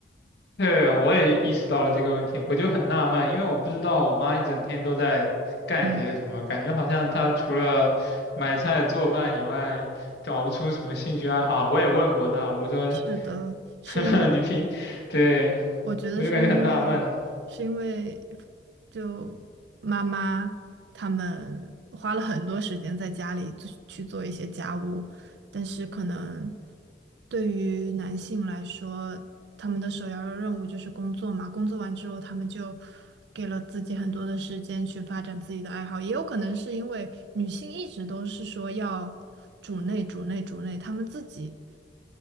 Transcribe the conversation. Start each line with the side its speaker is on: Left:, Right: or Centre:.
Left: 对，我也意识到了这个问题，我就很纳闷，因为我不知道我妈一整天都在干些什么，
Right: 嗯，
Left: 感觉好像她除了买菜做饭以外，找不出什么兴趣爱好。我也问过她，我说，
Right: 是的，
Left: <laughs>
Right: 是因为我
Left: 呵呵，你平，对，
Right: 我觉得是因为是因为
Left: 我就感觉很纳闷。
Right: 就妈妈他们花了很多时间在家里做去做一些家务，但是可能对于男性来说，他们的首要任务就是工作嘛，工作完之后他们就给了自己很多的时间去发展自己的爱好，也有可能是因为女性一直都是说要主内主内主内，他们自己。